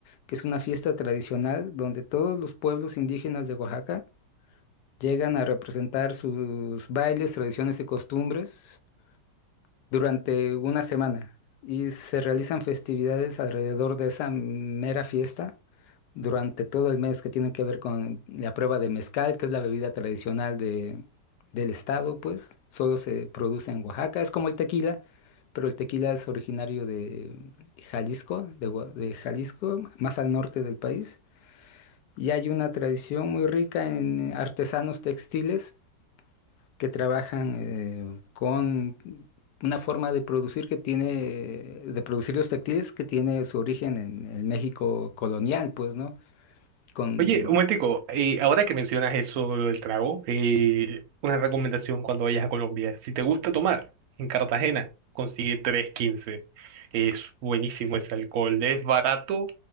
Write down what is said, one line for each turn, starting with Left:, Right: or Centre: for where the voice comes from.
Left: que es una fiesta tradicional donde todos los pueblos indígenas de Oaxaca Llegan a representar sus bailes, tradiciones y costumbres durante una semana y se realizan festividades alrededor de esa mera fiesta durante todo el mes que tienen que ver con la prueba de mezcal, que es la bebida tradicional de, del estado, pues solo se produce en Oaxaca, es como el tequila, pero el tequila es originario de Jalisco, de, Gua- de Jalisco, más al norte del país. Y hay una tradición muy rica en artesanos textiles que trabajan eh, con una forma de producir que tiene, de producir los textiles que tiene su origen en el México colonial, pues, ¿no? Con...
Right: Oye, un momentico, eh, ahora que mencionas eso, lo del trago, eh, una recomendación cuando vayas a Colombia. Si te gusta tomar, en Cartagena, consigue tres quince. Es buenísimo ese alcohol, es barato,